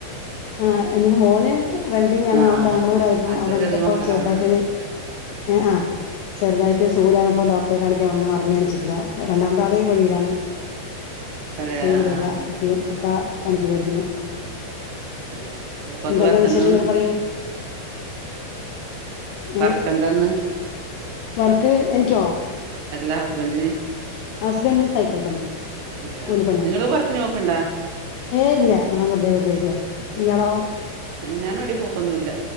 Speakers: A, on the left; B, on the right.
A: ആ അയ്‌ന് മോന് വെൽഡിംഗ ആണ്
B: ആഹ്
A: അവൻ
B: ആഹ്
A: ബാംഗ്ലൂരായിരുന്നു
B: അന്റെ
A: അവൻക്കിപ്പോ
B: ചെറിയ മക്കളാണ്
A: ചെർതായിട്ടൊരു ആ ചെറുതായിട്ട് സുഖല്ലാ ർഞ്ഞ പ്പൊ ഡോക്ടറെ കാണിക്കാൻ വന്ന ഒ ർ ങ്ങി എണീറ്റിട്ടില്ല. രണ്ടാമത്താള് വെളി യിലാണ്.
B: അതെ
A: ഇക്കയും
B: ആഹ്
A: ഇവ്ടില്ല.
B: ആഹ്
A: ഇക്കയും ഒക്കെ പണിക്ക് പോയിരിക്കണു
B: ന്റെ ഉപ്പക്ക്
A: എന്തന്താ
B: വർക്കെന്താന്ന്
A: വിശേഷങ്ങളൊക്കെ പറയൂ
B: വർക്ക്
A: ഏ
B: എന്താന്ന്
A: വർക്ക് എനിക്കോ
B: അല്ല ഹസ്ബൻഡിന്
A: ഹസ്ബൻഡിന് സൈക്കിൾ പണി
B: ന്റെ
A: കൂലിപ്പണിയ
B: നിങ്ങള് വർക്കിന് പോക്ക്ണ്ടാ
A: ഏ ഇല്ല ഞാൻ വെറുതെ വീട്ടിലിരിക്ക
B: വീട്ടിലിരിക്കുന്നല്ലേ
A: ഇയാളോ
B: ഞാന എവിട പോക്കൊന്നുംല്ല